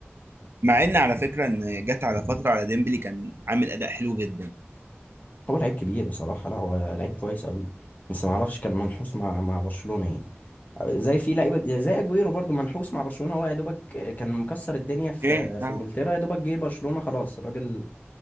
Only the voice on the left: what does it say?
هو لعيب كبير بصراحة لا هو لعيب كويس قوي بس ما اعرفش كان منحوس مع مع برشلونة يعني زي في لعيبه زي اجويرو برضو منحوس مع برشلونه هو يا دوبك كان مكسر الدنيا في
في
انجلترا يا دوبك جه برشلونه خلاص الراجل